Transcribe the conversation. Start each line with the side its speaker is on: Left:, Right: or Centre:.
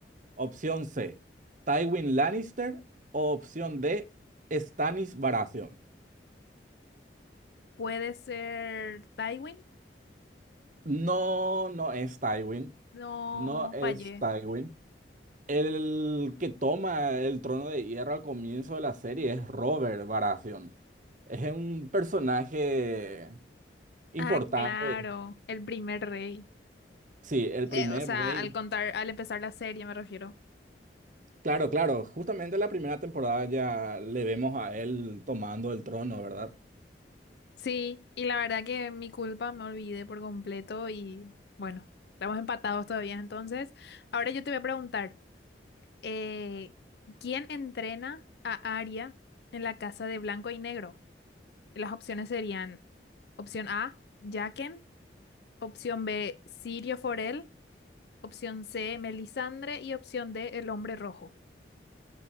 Right: Opción C, Tywin Lannister. O opción D, Stannis Baratheon.
Left: <laughs> Puede ser Tywin.
Right: No, no es Tywin.
Left: No,
Right: No es
Left: fallé.
Right: Tywin. El que toma el trono de hierro al comienzo de la serie es Robert Baratheon. Es un personaje importante.
Left: Ah, claro, el primer rey.
Right: Sí, el primer
Left: Eh, o sea,
Right: rey.
Left: al contar, al empezar la serie, me refiero.
Right: Claro, claro, justamente la primera temporada ya le vemos a él tomando el trono, ¿verdad?
Left: Sí, y la verdad que mi culpa me olvidé por completo y bueno, estamos empatados todavía. Entonces, ahora yo te voy a preguntar, eh, ¿quién entrena a Arya en la casa de blanco y negro? Y Las opciones serían opción A, Jaqen, opción B, Sirio Forel, opción C, Melisandre y opción D, el hombre rojo.